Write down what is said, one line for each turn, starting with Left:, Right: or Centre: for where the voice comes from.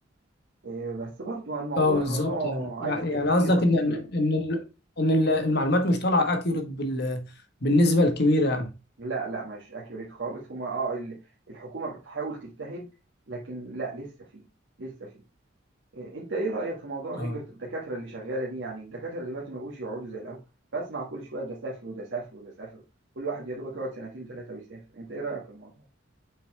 Right: إيه، بس برضو الموضوع
Left: اه بالظبط
Right: الموضوع
Left: يعني يعني
Right: عايز تفكير
Left: يعني قصدك
Right: كبير
Left: ان ان ان ال- إن ال- المعلومات مش طالعه اكيوريت بال بالنسبه الكبيره يعني
Right: لا لا مش اكيوريت خالص هما اه ال- الحكومة بتحاول تجتهد لكن لا لسه في لسه في إيه، انت ايه رأيك في موضوع
Left: اه
Right: هجرة الدكاترة اللي شغالة دي يعني الدكاترة دلوقتي ما بقوش يقعدوا زي الاول بسمع كل شوية ده سافر وده سافر وده سافر كل واحد يا دوبك يقعد سنتين ثلاثة بيسافر انت ايه رأيك في الموضوع